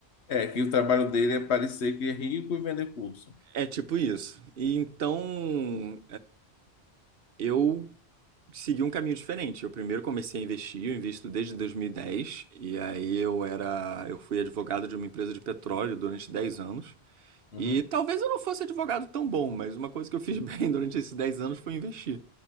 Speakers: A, on the left (about 85°); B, on the right (about 65°).
A: É, que o trabalho dele é parecer que é rico e vender curso.
B: É tipo isso. E então eu segui um caminho diferente. Eu primeiro comecei a investir, eu invisto desde 2010, e dez, e aí eu era, eu fui advogado de uma empresa de petróleo durante 10 anos.
A: Uhum.
B: E talvez eu não fosse advogado tão bom, mas uma coisa que eu fiz <laughs> bem durante esses 10 anos foi investir.